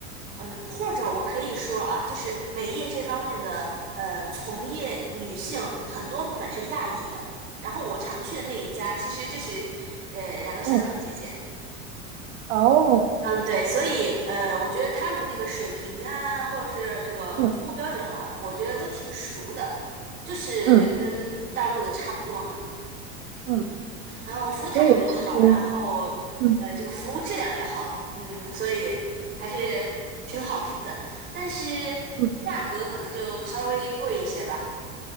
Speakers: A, on the right; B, on the right.
A: 嗯，或者我可以说啊，就是美业这方面的呃从业女性很多部分是亚裔的，然后我常去的那一家其实就是呃两个香港姐姐。
B: 嗯哦，
A: 嗯，对，所以呃，我觉得他们那个水平啊，或者是这个服务标准啊，
B: 嗯
A: 我觉得都挺熟的，就是跟大陆的差不多嘛。
B: 嗯嗯，
A: 然后服务态度也好，
B: 所以其实，
A: 然后呃，
B: 嗯
A: 这个服务质量也好，嗯，所以还是挺好评的。但是价格可能就稍微贵一些吧。
B: 嗯